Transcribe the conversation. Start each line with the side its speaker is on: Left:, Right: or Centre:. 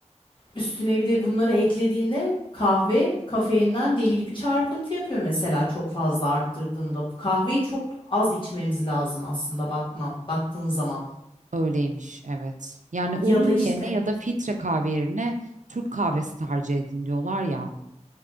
Left: Üstüne bir de bunları eklediğinde kahve kafeinden deli gibi çarpıntı yapıyor mesela çok fazla arttırdığında. Kahveyi çok az içmemiz lazım aslında bakma baktığın zaman.
Right: Öyleymiş, evet. Yani
Left: Ya
Right: onun
Left: da işte
Right: yerine ya da filtre kahve yerine Türk kahvesi tercih edin diyorlar ya.